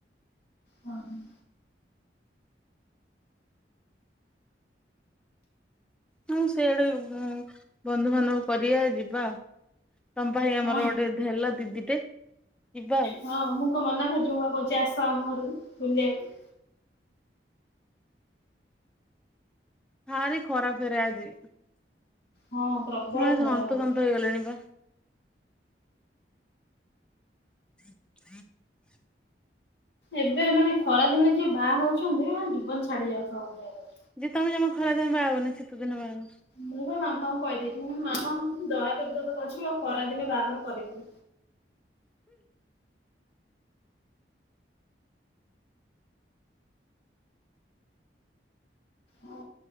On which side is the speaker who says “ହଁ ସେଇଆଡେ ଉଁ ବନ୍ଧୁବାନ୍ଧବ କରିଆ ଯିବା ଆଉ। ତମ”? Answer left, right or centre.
Centre